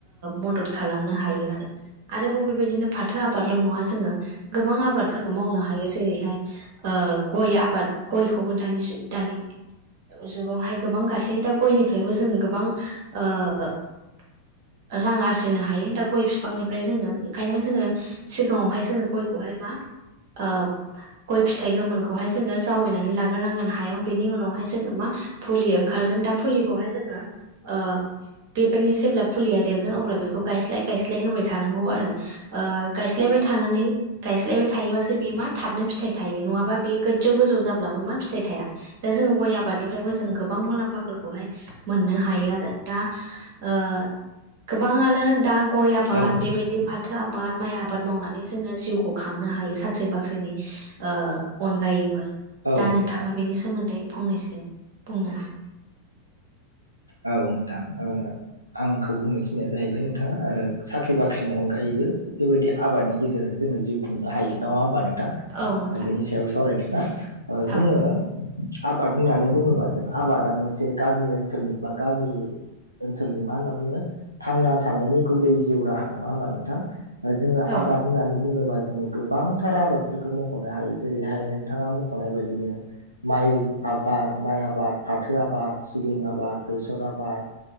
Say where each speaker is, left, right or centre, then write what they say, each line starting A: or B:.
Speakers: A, on the right; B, on the right.
A: मदद खालामनो हायो आरो आरोबाव बेबायदिनो फाथो आबादल' नङा जोङो गोबां आबादफोरबो मावनो हायो जेरैहाय ओ गय आबाद गयखौबो दानि दानि जुगावहाय गोबां गायसै दा गयनिफ्रायबो जोङो गोबां ओ <inaudible> रां आरजिनो हायो दा गय फिफांनिफ्राय जोङो ओंखायनो जोङो सिगाङावहाय जोङो गयखौहाय मा आ गय फिथ थाय गोमोनखौहाय जोङो जावैनानै लाग्रो नांगोन हायाव बिनि उनावहाय जोङो मा फुलि ओंखारगोन दा फुलि लि खौहाय जोङो ओ बेबिनि जेब्ला फुलिया देरगोन अब्ला बेखौ गायस्लाय गायस्लाय होबाय थानांगौ आरो ओ गायस्लायबाय थानानै गायस्लायबाय थायोबासो बेयो मा थाबनो फिथाइ थाइयो नङाबा बेयो गोजौ गोजौ जाब्लाबो मा फिथाइ थाया दा जों गय आबादनिफ्रायबो जों गोबां गलाम्फाफोर खौहाय मोननो हायो आरो दा ओ गोबांङानो दा गय आबाद
B: औ नोंथां
A: बेबायदि फाथो आबाद माइ आबाद मावनानै जोङो जिउखौ खांनो हायो साख्रि बाख्रिनि ओ अनगायैबो
B: औ
A: दा
B: नोंथां
A: नोंथाङा बेनि सोमोन्दै फंनैसो बुंनो हा
B: औ नोंथां ओ आंखौ बुंनो थिननाय जाहैबाय नोंथाङा साख्रि बाख्रिनि अनगायै बो बेबायदि आबादनि गेजेरजों जोङो जिउ खुंनो हायो नङा होमबा नोंथां
A: औ नोंथां
B: बिनि सायाव सावरायनाय ना जोङो
A: औ
B: आबाद होननानै बुङोबा जों आबादा मोनसे गामि ओनसोलनि बा जोंनि ओनसोलनि मा होनना बुङो थांना थानायनि गुबै जिउ राहा नङा होमबा नोंथां जोङो
A: औ
B: आबाद होननानै बुङोबा जोङो गोबांथार आबादफोरखौ मख'नो हायो जेरैहाय नों थाङा मख'नाय बायदिनो माइ आबाद माइ आबाद फाथो आबाद सिबिं आबाद बेसर आबाद